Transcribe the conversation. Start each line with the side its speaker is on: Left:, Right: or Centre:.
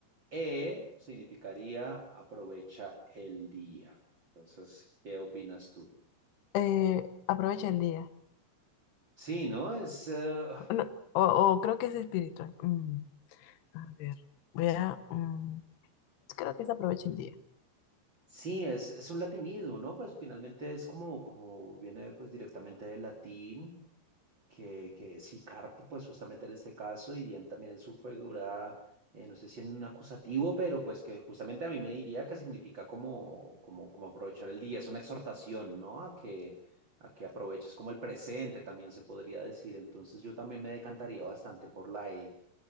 Right: E, significaría aprovecha el día. Entonces, ¿qué opinas tú?
Left: Eh, aprovecha el día.
Right: Sí, ¿no? Es, eh,
Left: No, o, o creo que es espiritual. Mm, a ver, voy a... mm, creo que es aprovecha el día.
Right: Sí, es, es un latinismo, ¿no? Pues finalmente es como, como viene pues directamente del latín, que, que sí, carpe, pues justamente en este caso, y diem también en su figura, eh, no sé si en un acusativo, pero pues que justamente a mí me diría que significa como, como, como aprovechar el día, es una exhortación, ¿no? A que, a que aproveches como el presente, también se podría decir. Entonces yo también me decantaría bastante por la E.